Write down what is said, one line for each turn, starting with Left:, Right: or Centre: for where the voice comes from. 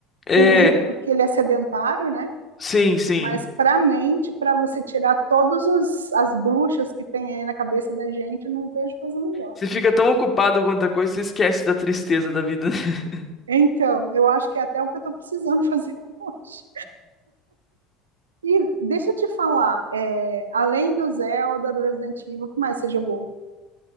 Left: É,
Right: ruim, porque ele é sedentário, né?
Left: sim, sim.
Right: Mas para a mente, para você tirar todas as bruxas que tem aí na cabeça da gente, eu não vejo coisa melhor.
Left: Você fica tão ocupado com outra coisa, você esquece da tristeza da vida. <laughs>
Right: Então, eu acho que é até o que eu estou precisando fazer <laughs> hoje. E deixa eu te falar, é, além do Zelda, do Resident Evil, o que mais você jogou?